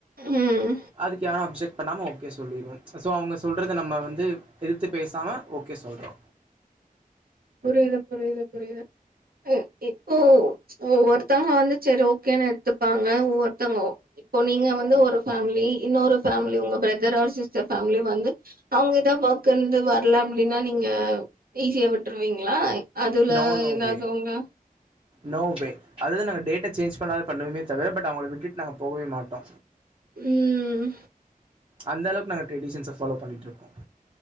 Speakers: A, on the right; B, on the right.
A: ம்
B: அதுக்கு ஏன் அப்ஜெக்ட் பண்ணாம ஓகே சொல்லிருவே ஸோ அவுங்க சொல்றத நம்ம வந்து எதித்து பேசாம ஓகே சொல்றோ
A: புரியுது-புரியுது-புரியுது அ இப்போ ஒவ்வொருத்தங்க வந்து சரி ஓகேன்னு எடுத்துப்பாங்க ஒவ்வொருத்தங்க இப்போ நீங்க வந்து ஒரு ஃபேமிலி இன்னொரு ஃபேமிலி உங்க பிரதர் ஆர் சிஸ்டர் ஃபேமிலி வந்து அவுங்கதா ஒர்க் இருந்து வரல அப்டின்னா நீங்க ஈஸியா விட் ட்ருவீங்களா அதுல
B: நோ நோ
A: இல்லாதவுங்க
B: வே நோ வே அதாவ்து நாங்க டேட்ட சேஞ்ச் பண்ணாலு பண்ணுவமே தவிர பட் அவங்கள விட்டுட்டு நாங்க போகவே மாட்டோ
A: ம்
B: அந்தளவுக்கு நாங்க ட்ரெடிஷன்ஸ ஃபாலோ பண்ணிட்ருக்கோ